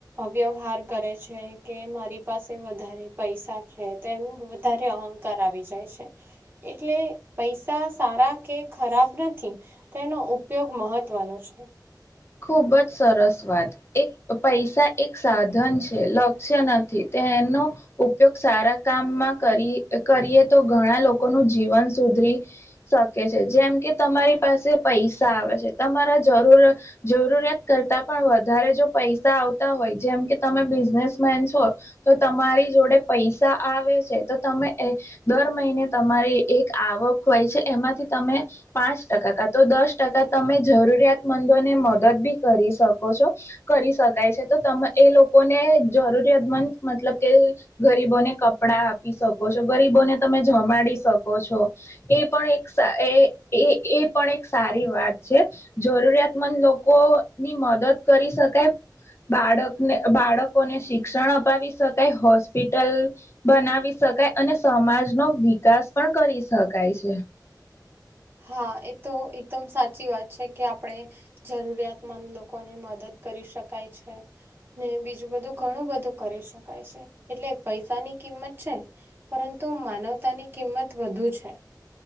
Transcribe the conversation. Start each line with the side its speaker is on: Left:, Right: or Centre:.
Right: વ્યવહાર કરે છે કે મારી પાસે વધારે પૈસા છે તો એમ વધારે અહંક કરાવી જાય છે એટલે પૈસા સારા કે ખરાબ નથી તેનો ઉપયોગ મહત્વનો છે
Left: ખૂબ જ સરસ વાત એક પૈસા એક સાધન છે લક્ષ્ય નથી તેનો ઉપયોગ સારા કામમાં કરી કરીએ તો ઘણા લોકોનું જીવન સુધરી શકે છે જેમ કે તમારી પાસે પૈસા આવે છે તમારા જરૂરત જરૂરિયાત કરતા પણ વધારે જો પૈસા આવતા હોય જેમ કે તમે બિઝનેસમેન છો તો તમારી જોડે પૈસા આવે છે તો તમે દર મહિને તમારી એક આવક હોય છે એમાંથી તમે પાંચ ટકા કા તો દસ ટકા તમે જરૂરિયાતમંદોને મદદ બી કરી શકો છો કરી શકાય છે તો ત એ લોકોને જરૂરિયાતમંદ મતલબ કે ગરીબોને કપડા આપી શકો છો ગરીબોને તમે જમાડી શકો છો એ પણ એક એ એ પણ એક સારી વાત છે જરૂરિયાતમંદ લોકો લોકો ની મદદ કરી શકાય બાળકને બાળકોને શિક્ષણ અપાવી શકાય હોસ્પિટલ બનાવી શકાય અને સમાજ નો વિકાસ પણ કરી શકાય છે
Right: હા એ તો એકદમ સાચી વાત છે કે આપણે જરૂરિયાતમંદ લોકોને મદદ કરી શકાય છે ને બીજું બધું ઘણું બધું કરી શકાય છે એટલે પૈસાની કિંમત છે ને પરંતુ માનવતાની કિંમત વધુ છે